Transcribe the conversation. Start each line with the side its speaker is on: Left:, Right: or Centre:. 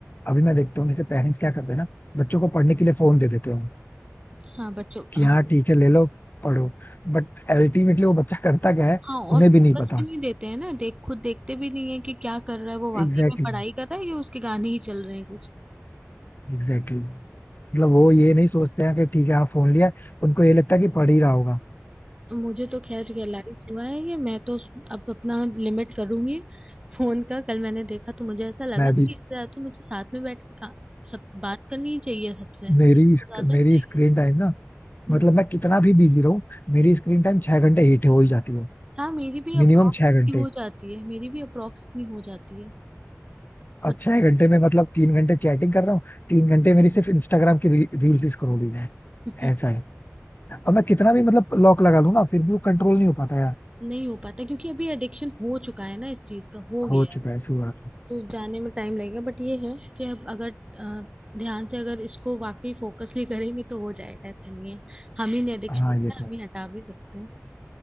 Left: अभी मैं देखता हूँ जैसे पेरेंट्स क्या करते हैं ना बच्चों को पढ़ने के लिए फोन दे देते हो
Right: हाँ बच्चों
Left: कि
Right: हाँ
Left: हाँ ठीक है ले लो पढ़ो बट अल्टीमेटली वो बच्चा करता क्या है
Right: हाँ
Left: उन्हें
Right: और फोकस
Left: भी नहीं पता
Right: भी नहीं देते हैं ना देख खुद देखते भी नहीं है कि क्या कर रहा है वो वाकई
Left: Exactly
Right: में
Left: exactly,
Right: पढ़ाई कर रहा है या उसके गाने ही चल रहे हैं कुछ
Left: exactly exactly. मतलब वो ये नहीं सोचते हैं कि ठीक है हाँ फोन लिया उनको ये लगता है कि पढ़ ही रहा होगा
Right: मुझे तो खैर रियलाइज हुआ है कि मैं तो अब अपना लिमिट करूंगी फोन का कल मैंने देखा तो मुझे ऐसा लगा
Left: मैं
Right: कि
Left: भी
Right: इससे ज्यादा तो मुझे साथ में बैठ के का, सब बात करनी ही चाहिए सबसे वो
Left: मेरी
Right: ज्यादा
Left: मेरी
Right: सही
Left: स्क्रीन
Right: है
Left: टाइम ना
Right: हम्म,
Left: मतलब मैं कितना भी बिजी रहूं मेरी स्क्रीन टाइम छह घंटे हिट हो ही जाती है
Right: हाँ मेरी भी अप्रोक्स
Left: मिनिमम छह घंटे
Right: हो जाती है मेरी भी अप्रोक्स इतनी हो जाती है बट
Left: और छह घंटे में मतलब तीन घंटे चैटिंग कर रहा हूँ तीन घंटे मेरी सिर्फ इंस्टाग्राम की रील्स स्क्रॉलिंग है
Right: <laughs>
Left: ऐसा है और मैं कितना भी मतलब लॉक लगा लूं ना फिर भी वो कंट्रोल नहीं हो पाता यार
Right: नहीं हो पाता क्योंकि अभी एडिक्शन हो चुका है ना इस चीज का हो
Left: हो
Right: गया है
Left: चुका है शुरुआत में
Right: तो जाने में टाइम लगेगा बट ये है कि अब अगर अ, ध्यान से अगर इसको वाकई फोकसली करेंगे तो हो जाएगा ऐसा नहीं है हम ही नहीं एडिक्शन
Left: हाँ ये
Right: है
Left: तो
Right: हम
Left: है
Right: ही हटा भी सकते